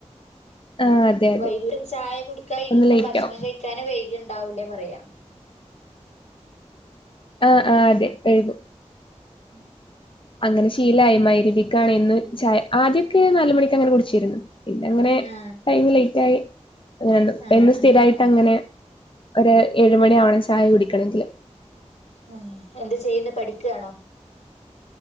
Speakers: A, on the left; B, on the left.
A: ആഹ് അതെ അതെ
B: വൈകിട്ട ചായ കുടിക്ക വെയ്ക്കുമ്പോ
A: ഒന്ന് ലേറ്റ്
B: ഭക്ഷണം
A: ആവും
B: കഴിക്കാനും വൈക ഇ ഉണ്ടാവൂലേ പറയാ.
A: ആ ആ അതെ എഴുതും
B: ഉം
A: അങ്ങനെ ശീലമായി മരുവിക്കണന്ന് ച ആദ്യൊക്കെ നാലുമണിക്ക് അങ്ങനെ കുടിച്ചിരുന്നു ഇതങ്ങനെ
B: ആഹ്
A: ടൈം ലേറ്റ് ആയി എന്ന്
B: ആഹ്
A: ടൈം സ്ഥിരായിട്ട്
B: ആഹ്
A: അങ്ങനെ ഒരു ഏഴുമണി ആവണം ചായ കുടിക്കണങ്കില്
B: ഉം എന്ത് ചെയ്യുന്ന പഠിക്കുവാണോ